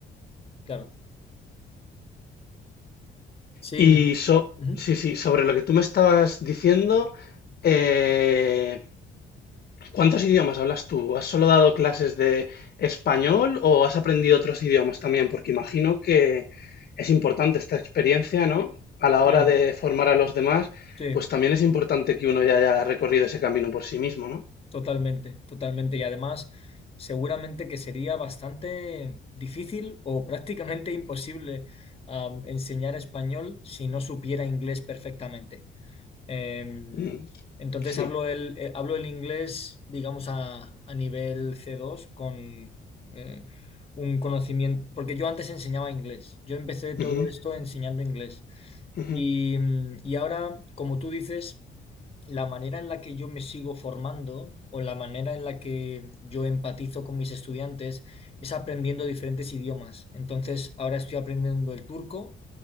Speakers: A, on the left; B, on the left.
A: claro. Sí.
B: Y so-
A: Ujú.
B: sí, sí, sobre lo que tú me estabas diciendo, eh, ¿Cuántos idiomas hablas tú? ¿Has solo dado clases de español o has aprendido otros idiomas también? Porque imagino que es importante esta experiencia, ¿no? A la hora
A: Mm.
B: de formar a los demás,
A: Sí,
B: pues también es importante que uno ya haya recorrido ese camino por sí mismo, ¿no?
A: totalmente, totalmente. Y además, seguramente que sería bastante difícil o prácticamente <laughs> imposible am, enseñar español si no supiera inglés perfectamente. Em,
B: Mm,
A: entonces
B: sí.
A: hablo el, eh, hablo el inglés, digamos, a, a nivel c dos con eh, un conocimiento, porque yo antes enseñaba inglés. Yo empecé todo
B: Ujú,
A: esto enseñando inglés.
B: ujú,
A: Y, mm, y ahora, como tú dices... la manera en la que yo me sigo formando o la manera en la que yo empatizo con mis estudiantes es aprendiendo diferentes idiomas. Entonces, ahora estoy aprendiendo el turco